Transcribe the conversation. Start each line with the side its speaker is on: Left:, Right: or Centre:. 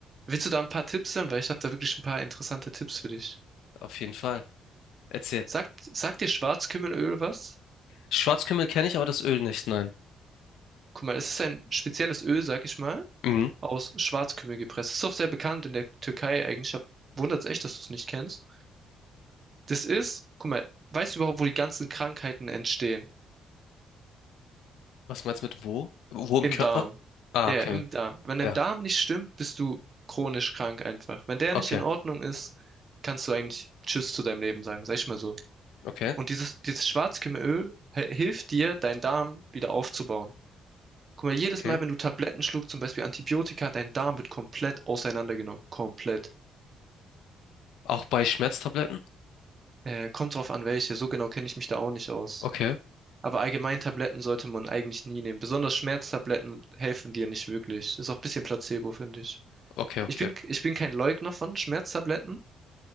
Right: Willst du da ein paar Tipps hören? Weil ich habe da wirklich ein paar interessante Tipps für dich.
Left: auf jeden Fall. Erzähl.
Right: Sagt, sagt dir Schwarzkümmelöl was?
Left: Schwarzkümmel kenne ich, aber das Öl nicht, nein.
Right: Guck mal, es ist ein spezielles Öl, sag ich mal,
Left: Mhm.
Right: aus Schwarzkümmel gepresst. Ist auch sehr bekannt in der Türkei eigentlich. Ich hab, wundert's echt, dass du es nicht kennst. Das ist, guck mal, weißt du überhaupt, wo die ganzen Krankheiten entstehen?
Left: Was meinst du mit wo? Wo im
Right: Im
Left: Körper?
Right: Darm.
Left: Ah,
Right: Ja,
Left: okay.
Right: im Darm. Wenn dein
Left: Ja,
Right: Darm nicht stimmt, bist du chronisch krank einfach. Wenn der
Left: okay.
Right: nicht in Ordnung ist, kannst du eigentlich Tschüss zu deinem Leben sagen, sag ich mal so.
Left: Okay,
Right: Und dieses, dieses Schwarzkümmelöl he- hilft dir, deinen Darm wieder aufzubauen. Guck mal, jedes
Left: okay.
Right: Mal, wenn du Tabletten schluckst, zum Beispiel Antibiotika, dein Darm wird komplett auseinandergenommen. Komplett.
Left: Auch bei Schmerztabletten?
Right: Äh, kommt drauf an, welche. So genau kenne ich mich da auch nicht aus.
Left: Okay,
Right: Aber allgemein Tabletten sollte man eigentlich nie nehmen. Besonders Schmerztabletten helfen dir nicht wirklich. Ist auch ein bisschen Placebo, finde ich.
Left: okay, okay.
Right: Ich bin, ich bin kein Leugner von Schmerztabletten,